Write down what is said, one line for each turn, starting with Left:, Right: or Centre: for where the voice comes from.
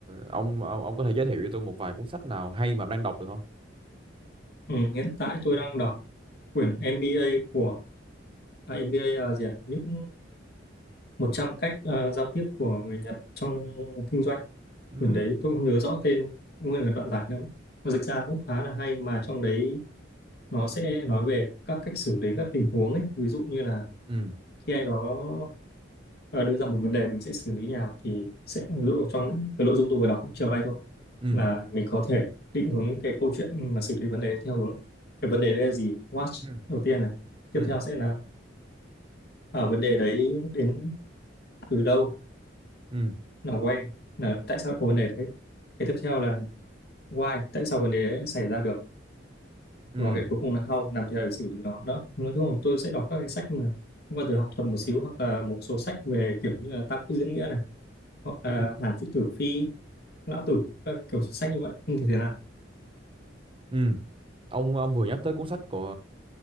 Right: ông, ông ông có thể giới thiệu cho tôi một vài cuốn sách nào hay mà ông đang đọc được không
Left: ừ, hiện tại tôi đang đọc quyển MBA của à, MBA là gì à? những 100 cách ờ, giao tiếp của người Nhật trong kinh doanh
Right: ừ
Left: quyển đấy tôi không nhớ rõ tên nguyên là đoạn giải lắm nó dịch ra cũng khá là hay mà trong đấy nó sẽ nói về các cách xử lý các tình huống ấy ví dụ như là
Right: ừ
Left: khi ai đó ờ, đưa ra một vấn đề mình sẽ xử lý như nào thì sẽ ví dụ trong cái nội dung tôi vừa đọc chiều nay thôi
Right: ừ
Left: là mình có thể định hướng cái câu chuyện mà xử lý vấn đề theo hướng cái vấn đề đấy là gì watch
Right: ừ
Left: đầu tiên này tiếp
Right: ừ
Left: theo sẽ là à, vấn đề đấy đến từ đâu
Right: ừ
Left: là why là tại sao có vấn đề đấy cái tiếp theo là why tại sao vấn đề đấy xảy ra được
Right: ừ
Left: và cái cuối cùng là how làm thế nào để xử lý nó đó nói chung là tôi sẽ đọc các cái sách mà liên quan tới học thuật một xíu hoặc là một số sách về kiểu như là tam quốc diễn nghĩa này hoặc là
Right: ừ
Left: Hàn Quốc Tử Phi lão tử các cái kiểu sách như vậy không thì thế nào
Right: ừ ông ông vừa nhắc tới cuốn sách của